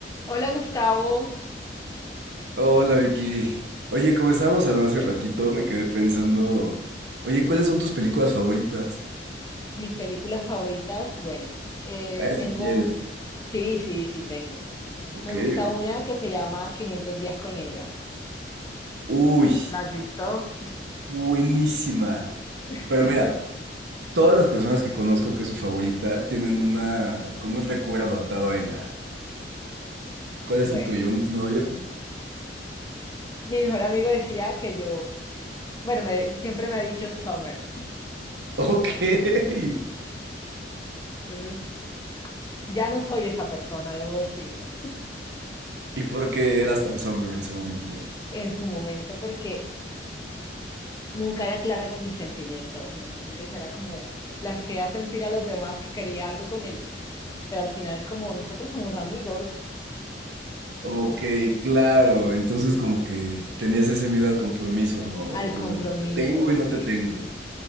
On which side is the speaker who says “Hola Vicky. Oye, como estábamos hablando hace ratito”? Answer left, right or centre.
Right